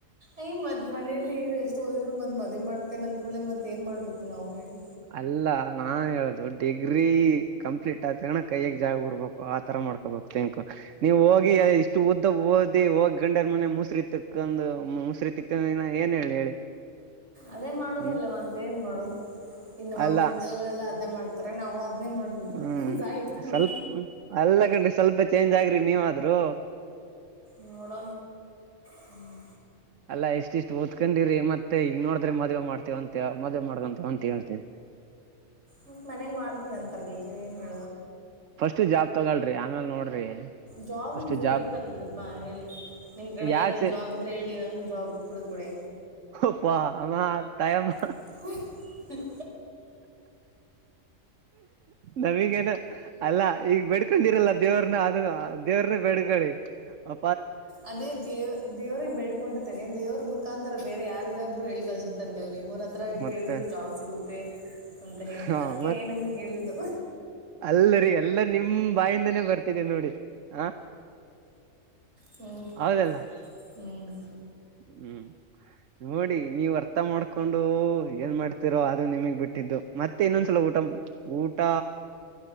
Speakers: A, on the right; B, on the right.
A: ಅಯ ಮತ್ತ್ ಮನೇಲಿ ಎಷ್ಟು ಓದಿದ್ರು ಮತ್ ಮ ದೀ ಮಾಡ್ತ ನಂತ ಹೊಳ್ಳೆ ಮತ್ತ ಏನು ಮಾಡಬೇಕು ನಾವು ಹೇಳಿ
B: ಅಲ್ಲ ನಾನ್ ಹೇಳುದು ಡಿಗ್ರಿ ಕಂಪ್ಲೀಟ್ ಆದನ ಕೈಯ್ಯಗ್ ಜಾಗ ಉರ್ಬೇಕು ಆತರ ಮಾಡ್ಕೊಬು ತಿೆಂಕು ನೀವ್ ಹೋಗಿ ಇಷ್ಟು ಉದ್ದ ಓದಿ ಹೋಗಿ ಗಂಡ್ಯಲ್ ಮನೆ ಮುಸ್ರಿತ್ತಕ್ಂದು ಮುಸರಿತಿಕ್ ಏನ್ ಹೇಳಿ ಹೇಳಿ
A: ಅದೇ ಮಾಡೋುದಲ್ಲ
B: ಹ್ಮ್
A: ಮದೆ ಏನ್ ಮಾಡೋುದು ಇನ್ನು ಮಮ್ಮಿವಗಳೆಲ್ಲ
B: ಅಲ್ಲ
A: ಅದ್ ಮಾಡ್ತಾರೆ ನಾವು ಅದ ಮಾಡ್ದು
B: ಹ್ಮ್
A: ಜಹಿತಲ್ಲ
B: ಸ್ವಲ್ಪ ಅಲ್ಲ ಕಣ್ರಿ ಸ್ವಲ್ಪ ಚೇಂಜ್ ಆಗ್ರಿ ನೀವಾದ್ರುೂ
A: ನೋಡೋಣ ಹ್ಮ್
B: ಅಲ್ಲಾ ಇಷ್ಟ ಇಷ್ಟ್ ಓದ್ಕೊಂಡಿರಿ ಮತ್ ಮತ್ತೆ ಈಗ ನೋಡಿದ್ರೆ ಮದ್ವೆ ಮಾಡ್ತೇವ ಅಂತ ಮದ್ ಮಾಡಕಂತೇವ ಅಂತ ಹೇಳ್ತಿ
A: ಮತ್ ಮನೇಲ್ ಮಾಡ್ದಿನನ ಅಂತಾರಲ್ರಿ ಏನ್ ಹ
B: ಫಸ್ಟ್ ಜಾಬ್ ತಗೋಲ್್ರಿ ಆಮೇಲ್ ನೋಡ್ರಿ
A: ಜಾಬ್
B: ಫಸ್ಟ್
A: ನಮ ಸಿರ್ಬೇಕಲ್ರಿ
B: ಜಾಬ್
A: ಬಾ ಹೇಳಿ ನಿಮ್ ಕಡೆ
B: ಯಾಕ್
A: ಏನಾದ್ರೂ
B: ಸಿ
A: ಜಾಬ್ ಇದ್ರೆ ಹೇಳಿ ನಂಗಗು ಜಾಬ್ ಕುಡ ಕೊಡಿ
B: ಅಪ್ಪಾ ಅಮ್ಮ ತಾಯಮ್ಮ
A: ಹ
B: ನಮಗೇನು ಅಲ್ಲ ಈಗ ಬಿಡ್ಕೊಂಡಿರಲ್ಲ ದೇವ್ರನ್ನ ಅದನ್ನು ದೇವ್ರ್ದ ಬೆೇಗಿ ಅ
A: ಅದೇ ದೇವ್ ದೇವ್ರಿಗೆ ಬೇಡ್ಕೊಂಡಿರ್ತೇನೆ ದೇವ್ರ ಮುುಖಾಂತರ ಬೇರೆ ಯಾರಿಗಾದ್ರು ಹ ಗ ತಂದ ಇವರ ಹತ್ರ
B: ಮತ್ತೆ
A: ಕೇಳಿದರೆೆ ಜಾಬ್ ಸಿಗುತ್ತೆ ಅಂತ ಹೇಳಿ
B: ಹ
A: ಅದಕ್ಕೆ
B: ಮತ್
A: ನಿಮ್ಗೆ ಕೇಳಿದ್ದು
B: ಅಲ್ಲರಿ ಎಲ್ಲಾ ನಿಮ್ ಬಾಯಿಂದಾನೇ ಬರ್ತಿದೆ ನೋಡಿ ಹ
A: ಹ್ಮ್
B: ಹೌದಲ್ಲ
A: ಹ್
B: ಹ್ಮ್ ನೋಡಿ ನೀವ್ ಅರ್ಥ ಮಾಡ್ಕೊಂಡು ಏನ್ ಮಾಡ್ತಿೀರೋ ಅದುೇ ನಿಮಗ್ ಬಿಟ್ಟಿದ್ದು ಮತ್ತೆ ಇನ್ನೊಂದ್ಸಲ ಊಟ ಊಟ